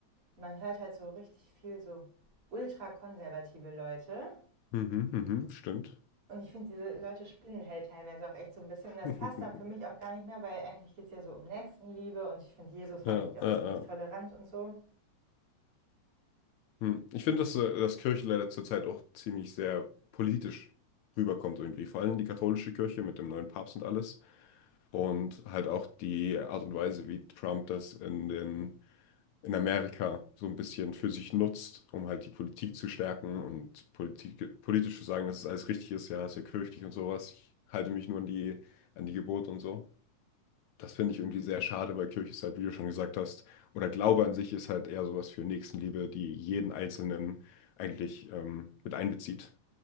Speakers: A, on the right; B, on the left.
A: man hört halt so richtig viel so ultrakonservative Leute.
B: Mhm, mhm, stimmt.
A: Und ich finde, diese Leute spinnen halt teilweise auch echt so ein bisschen. Und das
B: <laughs>
A: passt dann für mich auch gar nicht mehr, weil eigentlich geht es ja so um Nächstenliebe und ich finde, Jesus
B: Ja,
A: war eigentlich auch
B: ja.
A: ziemlich tolerant
B: äh.
A: und so.
B: Hm. Ich finde, dass, äh, dass Kirche leider zurzeit auch ziemlich sehr politisch rüberkommt irgendwie. Vor allem die katholische Kirche mit dem neuen Papst und alles. Und halt auch die Art und Weise, wie Trump das in den in Amerika so ein bisschen für sich nutzt, um halt die Politik zu stärken und Politik, politisch zu sagen, dass es alles richtig ist, ja, ist ja kirchlich und sowas. Ich halte mich nur an die, an die Gebote und so. Das finde ich irgendwie sehr schade, weil Kirche ist halt, wie du schon gesagt hast, oder Glaube an sich ist halt eher sowas für Nächstenliebe, die jeden Einzelnen eigentlich ähm, mit einbezieht.